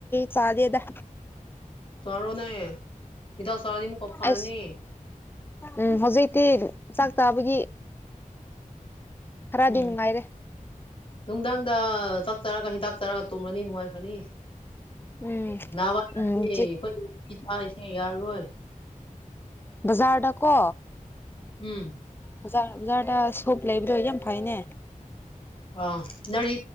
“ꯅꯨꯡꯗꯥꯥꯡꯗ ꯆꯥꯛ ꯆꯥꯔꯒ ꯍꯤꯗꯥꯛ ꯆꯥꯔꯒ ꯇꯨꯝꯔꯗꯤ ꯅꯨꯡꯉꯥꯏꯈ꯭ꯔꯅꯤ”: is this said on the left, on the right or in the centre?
Left